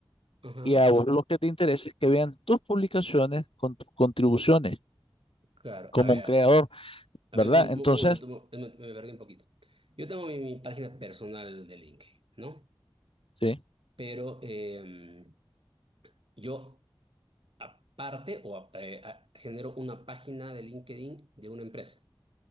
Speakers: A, on the right; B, on the left.
A: Ajá.
B: Y a vos lo que te interesa es que vean tus publicaciones con tus contribuciones
A: Claro.
B: como
A: A ver,
B: un creador,
A: a
B: ¿verdad?
A: ver, un, un
B: Entonces,
A: un momento, un mo- me, me perdí un poquito. Yo tengo mi, mi página personal de LinkedIn, ¿no?
B: sí,
A: Pero eh, yo aparte o a- eh, a- genero una página de LinkedIn de una empresa.